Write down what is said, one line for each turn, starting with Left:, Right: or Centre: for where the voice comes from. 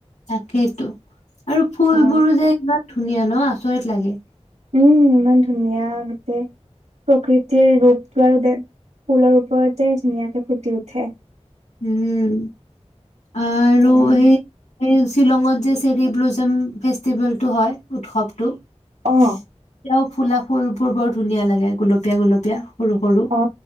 Left: তাকেতো, আৰু ফুলবোৰো
Right: অ
Left: যে ইমান ধুনীয়া ন' আচৰিত লাগে।
Right: উম, ইমান ধুনীয়া, গোটেই প্ৰকৃতিৰ ৰূপটো আৰু ফুলৰ ওপৰতে ধুনীয়াকে ফুটি উঠে।
Left: উম, আৰু
Right: হয়
Left: সেই এই শ্বিলঙত যে চেৰি ব্লুজম ফেষ্টিভেলটো হয় উৎসৱটো তিয়াও
Right: অ
Left: ফুলা ফুলবোৰ বৰ ধুনীয়া লাগে, গুলপীয়া গুলপীয়া। সৰু সৰু,
Right: অ